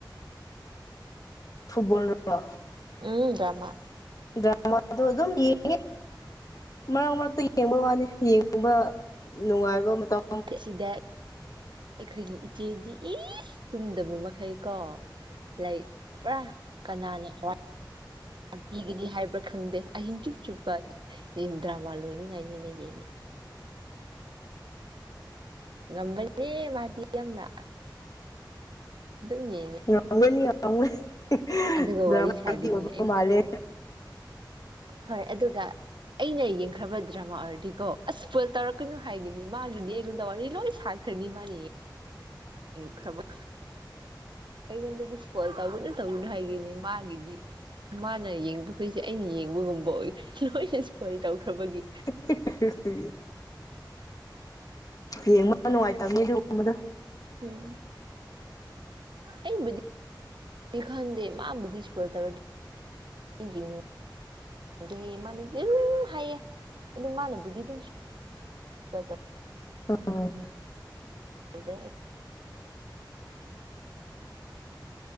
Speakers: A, on the left; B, on the right.
A: ꯐꯨꯠꯕꯣꯜꯔꯣ
B: ꯎꯝ ꯗ꯭ꯔꯥꯃꯥ
A: ꯗ꯭ꯔꯥꯃꯗꯣ ꯑꯗꯨꯝ ꯌꯦꯡꯉꯦ ꯃꯔꯛ ꯃꯔꯛꯇꯥ ꯌꯦꯡꯕ ꯋꯥꯅꯤ ꯌꯦꯡꯕ ꯅꯨꯡꯉꯥꯏꯕ ꯃꯇꯝ
B: ꯑꯁꯤꯗ ꯑꯩꯈꯣꯏꯒꯤ ꯏꯆꯦꯗꯤ ꯏꯁ ꯇꯨꯝꯗꯕ ꯃꯈꯩ ꯀꯣ ꯂꯩ ꯄ꯭ꯔꯥ ꯀꯅꯥꯅ ꯋꯥ ꯄꯤꯒꯅꯤ ꯍꯥꯏꯕ꯭ꯔꯥ ꯈꯪꯗꯦ ꯑꯍꯤꯡ ꯆꯨꯞ ꯆꯨꯞꯄ ꯌꯦꯡ ꯗ꯭ꯔꯥꯃ ꯂꯣꯏꯅꯤꯡꯉꯥꯏꯅꯤꯅ ꯌꯦꯡꯉꯦ ꯉꯝꯕꯅꯦ ꯃꯥꯗꯤ ꯌꯥꯝꯅ ꯑꯗꯨꯝ ꯌꯦꯡꯉꯦ
A: <unintelligible>
B: ꯑꯗꯨꯒ
A: ꯗ꯭ꯔꯥꯃ
B: ꯋꯥꯔꯤ ꯁꯥꯒꯅꯤ
A: ꯑꯦꯗꯤꯛ ꯑꯣꯏꯕ ꯃꯥꯂꯦ
B: ꯍꯣꯏ ꯑꯗꯨꯒ ꯑꯩꯅ ꯌꯦꯡꯈ꯭ꯔꯥꯕ ꯗ꯭ꯔꯃꯥ ꯑꯣꯏꯔꯗꯤꯀꯣ ꯑꯁ ꯐꯣꯜ ꯇꯧꯔꯛ ꯀꯩꯅꯣ ꯍꯥꯏꯒꯅꯤ ꯃꯥꯂꯤꯅꯦ ꯑꯩꯉꯣꯟꯗ ꯋꯥꯔꯤ ꯂꯣꯏ ꯁꯥꯈ꯭ꯔꯅꯤ ꯃꯥꯅꯦ ꯉꯈ꯭ꯔꯕ ꯑꯩꯉꯣꯟꯗꯗꯤ ꯏꯁꯄꯣꯏꯂ ꯇꯧꯒꯅ ꯇꯧꯒꯅꯨ ꯍꯥꯏꯒꯅꯤ ꯃꯥꯒꯤꯗꯤ ꯃꯥꯅ ꯌꯦꯡꯕꯈꯣꯏꯁꯦ ꯑꯩꯅ ꯌꯦꯡꯕꯒꯨꯝꯕ ꯑꯣꯏꯈ꯭ꯔꯦ ꯂꯣꯏꯅ ꯏꯁꯐꯄꯣꯏꯜ ꯇꯧꯈ꯭ꯔꯕꯒꯤ
A: <unintelligible> ꯌꯦꯡꯕ ꯅꯨꯡꯉꯥꯏꯇꯕꯅꯤ ꯑꯗꯨꯒꯨꯝꯕꯗ
B: ꯑꯝ ꯑꯩꯕꯨꯗꯤꯗꯤ ꯈꯟꯗꯦ ꯃꯥꯕꯨꯗꯤ ꯏꯁꯄꯣꯏꯜ ꯇꯧꯔꯗꯤ ꯑꯩ ꯌꯦꯡ ꯂꯤꯃꯜꯂꯤ ꯍꯥꯏꯌꯦ ꯑꯗꯨ ꯃꯥꯅꯕꯨꯗꯤ ꯑꯗꯨꯝ ꯁꯨꯄꯜ
A: <unintelligible>
B: ꯇꯧꯗꯦ ꯑꯩ